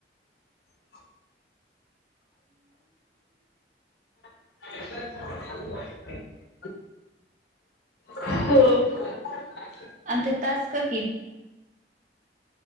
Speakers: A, on the left; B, on the right.
A: ह <unintelligible> हो
B: आणि ते आजकाल